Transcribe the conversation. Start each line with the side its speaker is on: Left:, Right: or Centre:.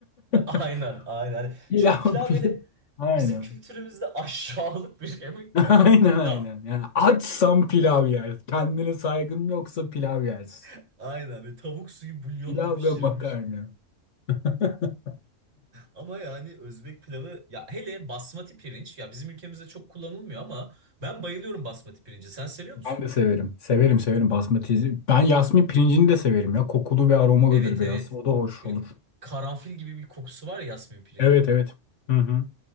Right: <laughs> Aynen,
Left: <laughs>
Right: aynen.
Left: Pilav
Right: Çünkü pilav
Left: pilav.
Right: böyle
Left: Aynen.
Right: bizim kültürümüzde aşağılık bir şey, yemek
Left: <laughs>
Right: ya.
Left: Aynen
Right: Pilav.
Left: aynen. Yani açsan pilav yer. Kendine saygın yoksa pilav yersin.
Right: <laughs> Aynen böyle tavuk suyu bulyonla
Left: Pilav
Right: pişirilmiş.
Left: ve makarna. <laughs>
Right: Ama yani Özbek pilavı ya hele basmati pirinç ya bizim ülkemizde çok kullanılmıyor ama ben bayılıyorum basmati pirinci. Sen seviyor musun?
Left: Ben de severim. Severim severim basmati. Ben yasmin pirincini de severim ya. Kokulu ve aromalıdır
Right: Evet
Left: biraz.
Right: evet.
Left: O da hoş
Right: Böyle
Left: olur.
Right: karanfil gibi bir kokusu var ya yasmin pirincin.
Left: Evet evet. Hı hı.